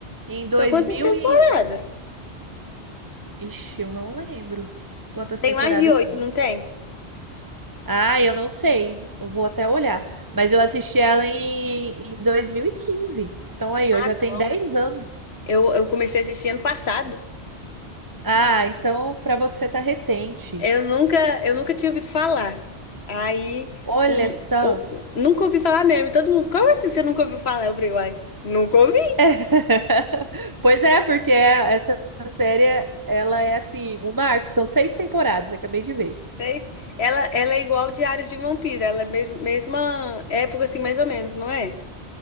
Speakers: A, on the right; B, on the left.
A: em
B: são
A: dois
B: quantas
A: mil
B: temporadas?
A: e... Ixi, eu não lembro quantas
B: Tem
A: temporadas
B: mais de oito,
A: são.
B: não tem?
A: Ah, eu não sei. Eu vou até olhar. Mas eu assisti ela em, em 2015. Então aí, eu
B: Ah,
A: já tenho
B: não.
A: 10 anos.
B: Eu, eu comecei a assistir ano passado.
A: Ah, então pra você tá recente.
B: Eu nunca, eu nunca tinha ouvido falar. Aí,
A: Olha
B: um,
A: só.
B: um- nunca ouvi falar mesmo. E Todo mundo, como assim você nunca ouviu falar? Eu falei, uai, nunca ouvi.
A: <laughs> Pois é, porque essa série, ela é assim, um marco. São seis temporadas, acabei de ver.
B: Seis. Ela, ela é igual o Diário de Vampiro, ela é mes- mesma época, assim, mais ou menos, não é?